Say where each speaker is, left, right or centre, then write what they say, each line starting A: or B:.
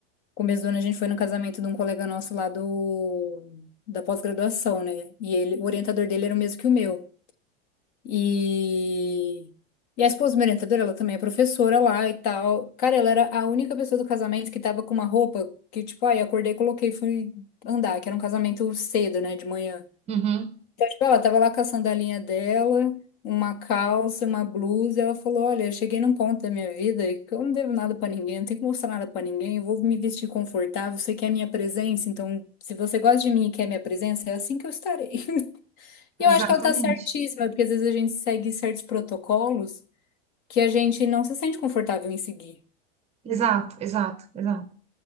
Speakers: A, on the left; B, on the right.
A: Começo do ano a gente foi no casamento de um colega nosso lá do, da pós-graduação, né? E ele, o orientador dele era o mesmo que o meu. E, e a esposa do meu orientador, ela também é professora lá e tal. Cara, ela era a única pessoa do casamento que tava com uma roupa que, tipo, ai, acordei, coloquei, e fui andar, que era um casamento cedo, né, de manhã.
B: Uhum,
A: Então, tipo, ela tava lá com a sandalinha dela, uma calça, uma blusa, e ela falou: Olha, eu cheguei num ponto da minha vida que eu não devo nada pra ninguém, não tenho que mostrar nada pra ninguém, eu vou me vestir confortável, você quer minha presença, então se você gosta de mim e quer minha presença, é assim que eu estarei. <laughs> E
B: exatamente.
A: eu acho que ela tá certíssima, porque às vezes a gente segue certos protocolos que a gente não se sente confortável em seguir.
B: Exato, exato, exato.